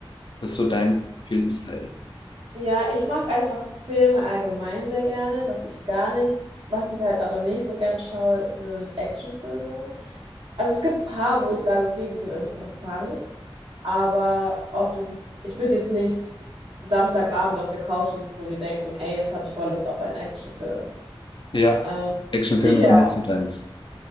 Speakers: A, on the left; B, on the right.
A: was ist so dein Filmstyle?
B: Ja, ich mag einfach Filme allgemein sehr gerne. Was ich gar nicht, was ich halt aber nicht so gern schaue, sind Actionfilme. Also es gibt ein paar, wo ich sage, okay, die sind interessant, aber oft ist es, ich würde jetzt nicht Samstagabend auf der Couch sitzen und mir denken, ey, jetzt habe ich voll Lust auf einen Actionfilm.
A: Ja,
B: Ähm,
A: Actionfilme
B: <laughs> ja,
A: sind nicht so deins.